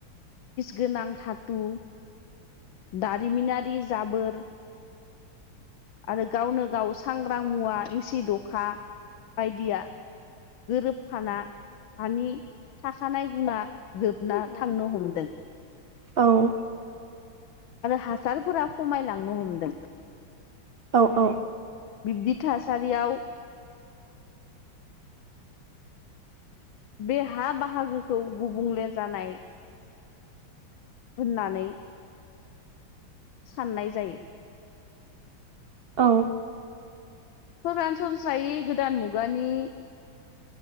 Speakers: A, on the left (about 75°); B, on the right (about 75°).
A: गोनां धातु दारिमिनारि जाबोर आरो गावनो गाव सांग्रां मुवा एसिद अखा। बायदिया गोरोबफाना हानि थाखानाय गुना जोबना थांनो हमदों।
B: औ
A: आरो हासारफोरा खमायलांनो हमदों।
B: औ औ।
A: बिब्दि थासारियाव बे हा बाहागोखौ गुबुंले जानाय होननानै साननाय जायो।
B: औ।
A: सरासनस्रायै गोदान मुगानि